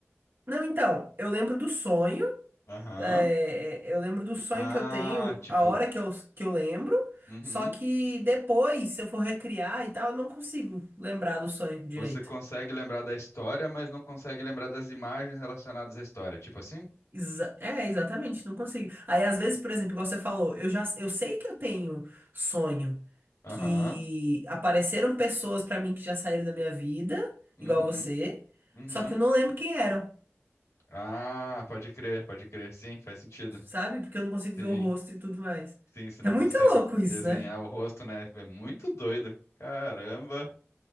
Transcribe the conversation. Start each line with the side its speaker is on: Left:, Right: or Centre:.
Right: Não, então, eu lembro do sonho.
Left: Aham.
Right: é, eu lembro do sonho
Left: Ah,
Right: que eu tenho,
Left: tipo,
Right: a hora que eu, que eu lembro.
Left: uhum.
Right: Só que depois, se eu for recriar e tal, eu não consigo lembrar do sonho direito.
Left: Você consegue lembrar da história, mas não consegue lembrar das imagens relacionadas à história, tipo assim?
Right: Exa- é, exatamente, não consigo. Aí, às vezes, por exemplo, igual você falou, eu já eu sei que eu tenho sonho
Left: Aham.
Right: que apareceram pessoas pra mim que já saíram da minha vida,
Left: Uhum,
Right: igual você,
Left: uhum.
Right: só que eu não lembro quem eram,
Left: Ah, pode crer, pode crer. Sim, faz sentido.
Right: sabe? Porque eu não consigo
Left: Sim,
Right: ver o rosto e tudo mais.
Left: sim, você não
Right: É muito
Left: consegue
Right: louco
Left: desenhar
Right: isso, né?
Left: o rosto, né? É muito doido. Caramba.